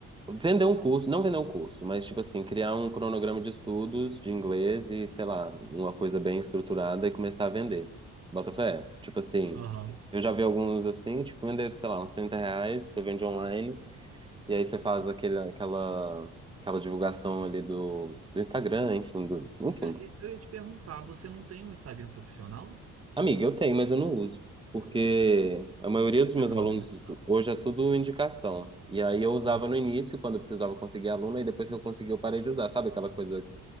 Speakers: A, on the right; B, on the right.
A: Vender um curso, não vender um curso, mas tipo assim, criar um cronograma de estudos de inglês e, sei lá, uma coisa bem estruturada e começar a vender. Bota fé? Tipo assim,
B: aham.
A: eu já vi alguns assim, tipo, vender, sei lá, uns 30 reais, você vende online, e aí você faz aquele, aquela, aquela divulgação ali do, do Instagram, enfim, do, enfim.
B: É, Eu ia te perguntar, você não tem um Instagram profissional?
A: Amiga, eu tenho, mas eu não uso. Porque a maioria dos meus
B: Tá na
A: alunos
B: hora de usar.
A: hoje é tudo indicação. E aí eu usava
B: Hum,
A: no início, quando eu precisava conseguir aluno, e depois que eu consegui, eu parei de usar. Sabe aquela coisa